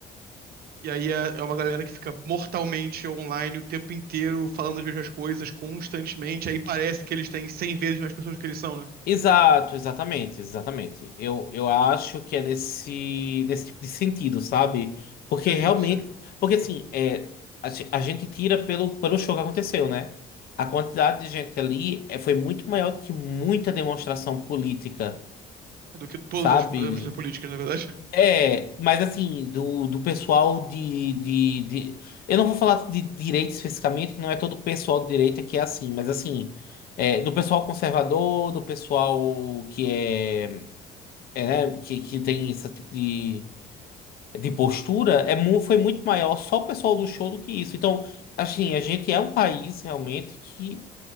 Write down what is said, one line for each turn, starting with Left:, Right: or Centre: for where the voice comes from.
Right: E aí é, é uma galera que fica mortalmente online o tempo inteiro, falando as mesmas coisas constantemente, aí parece que eles têm 100 vezes mais pessoas do que eles são, né?
Left: Exato, exatamente, exatamente. Eu, eu acho que é nesse, nesse tipo de sentido, sabe? Porque
Right: Sim,
Left: realmente.
Right: sim.
Left: Porque assim, é, a, ge- a gente tira pelo, pelo show que aconteceu, né? A quantidade de gente ali é, foi muito maior do que muita demonstração política,
Right: Do que todas
Left: sabe?
Right: as pessoas políticas, na verdade.
Left: É, mas assim, do, do pessoal de, de, de. Eu não vou falar de direita especificamente, que não é todo pessoal de direita que é assim, mas assim, é, do pessoal conservador, do pessoal que é é, né, que, que tem esse tipo de, de postura, é, mu- foi muito maior só o pessoal do show do que isso. Então, assim, a gente é um país realmente que,